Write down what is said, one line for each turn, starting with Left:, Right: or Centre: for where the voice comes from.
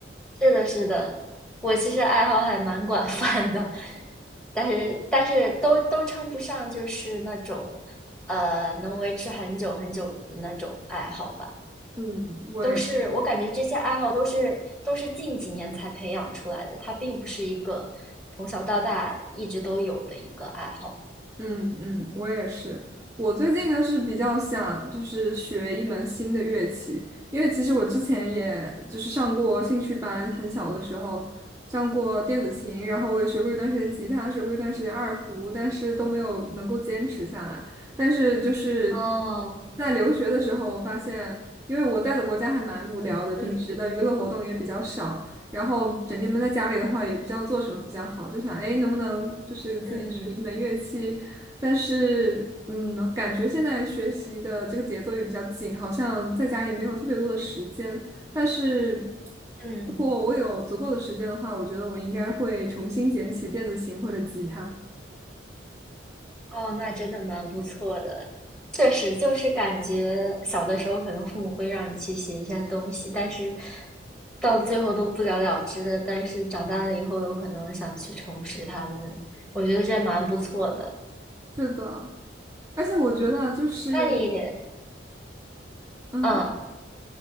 Centre: 是的，是的，我其实爱好还蛮广泛的，但是但是都都称不上就是那种呃能维持很久很久的那种爱好吧。
Right: 嗯，我也
Centre: 都是我感觉这些爱好都是都是近几年才培养出来的，它并不是一个从小到大一直都有的一个爱好。
Right: 嗯嗯，我也是。我最近呢是比较想就是学一门新的乐器，因为其实我之前也就是上过兴趣班，很小的时候上过电子琴，然后我也学过一段时间吉他，学过一段时间二胡，但是都没有能够坚持下来。但是就是
Centre: 哦，
Right: 在留学的时候，我发现，因为我待的国家还蛮无聊的，
Centre: 嗯
Right: 平时的娱乐活动也比较少。然后整天闷在家里的话，也不知道做什么比较好，就想，哎，能不能就是自己学一门乐器，
Centre: 嗯嗯
Right: 但是，嗯，感觉现在学习的这个节奏也比较紧，好像在家也没有特别多的时间。但是，
Centre: 嗯，
Right: 如果我有足够的时间的话，我觉得我应该会重新捡起电子琴或者吉他。
Centre: 哦，那真的蛮不错的。确实，就是感觉小的时候可能父母会让你去写一些东西，但是到最后都不了了之的。但是长大了以后，有可能想去重拾他们，我觉得这蛮不错的。
Right: 是的，而且我觉得就是，
Centre: 那你，
Right: 嗯，
Centre: 嗯，